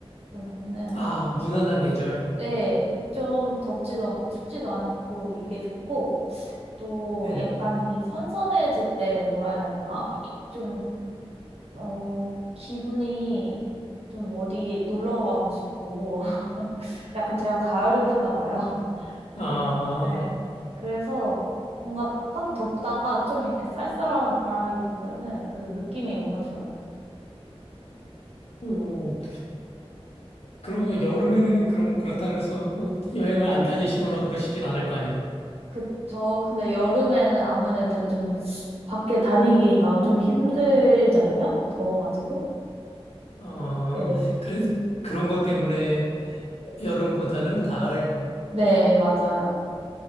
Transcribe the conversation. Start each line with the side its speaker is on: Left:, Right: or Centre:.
Right: 왜냐면은,
Left: 아, 무난한 계절.
Right: 네, 좀 덥지도 않고 춥지도 않고 이게 좋고, 또
Left: 네네.
Right: 약간 이 선선해질 때 뭐라 해야 되나? 이- 좀 어, 기분이 좀 어디 놀러 가고 싶고, <laughs> 약간 제가 가을을 타나 봐요. <laughs>
Left: 아,
Right: 네. 그래서 뭔가 딱 덥다가 좀 이렇게 쌀쌀한 바람이 불면은 그 느낌이 뭔가 좋아요.
Left: 오. 그러면 여름에는 그럼 그렇다
Right: 네.
Left: 그래서 뭐 여행을 안 다니시거나 그러시진 않을 거 아니에요.
Right: 그, 저, 근데 여름에는 아무래도 좀 밖에 다니기가 좀 힘들잖아요? 더워가지고.
Left: 어,
Right: 네.
Left: 그래, 그런 것 때문에 여름보다는 가을.
Right: 네, 맞아요.